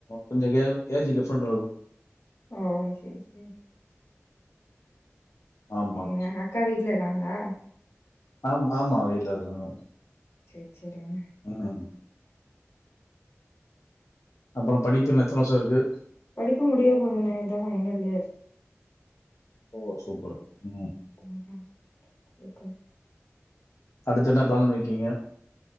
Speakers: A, on the left; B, on the left.
A: கொஞ்ச ஏ ஏஜ் டிஃப்ரெண்ட் இருக்கு
B: ஓ சேரி சேரி சேரி
A: ஆமா
B: சரிங்க. அக்கா வீட்ல இருக்காங்களா
A: ஆம் ஆமா வீட்ல இருக்காங்க
B: சேர் சேரிங்க
A: ம் அப்புற படிப்பு இன்னு எத்தன வருஷ இருக்கு
B: படிப்பு முடிய போதுண்ணே இதா ஃபயினல் இயர்
A: ஓ சூப்பர் ம்
B: <unintelligible> ஓகே
A: அடுத்து என்ன பிளான் பண்ணிக்கீங்க